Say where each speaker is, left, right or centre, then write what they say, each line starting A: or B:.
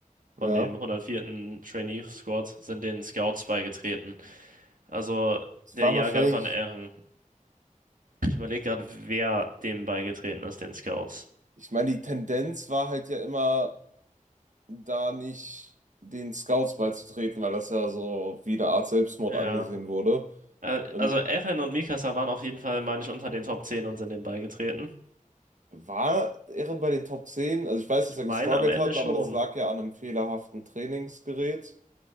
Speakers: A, on the right (about 75°); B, on the right (about 65°).
A: von
B: Ja.
A: dem 104. Trainee Squad sind den Scouts beigetreten? Also
B: Es
A: der
B: waren
A: Jahrgang
B: wahrscheinlich,
A: von Ehren. Ich überlege gerade, wer dem beigetreten ist, den Scouts.
B: ich meine, die Tendenz war halt ja immer, da nicht den Scouts beizutreten, weil das ja so wie eine Art Selbstmord
A: Ja.
B: angesehen wurde.
A: Äh,
B: Ähm,
A: Also Ehren und Mikasa waren auf jeden Fall, meine ich, unter den Top 10 und sind dem beigetreten.
B: war Ehren bei den Top zehn? Also ich weiß,
A: Ich
B: dass
A: meine
B: er gestruggelt
A: am Ende
B: hat,
A: schon.
B: aber das lag ja an einem fehlerhaften Trainingsgerät.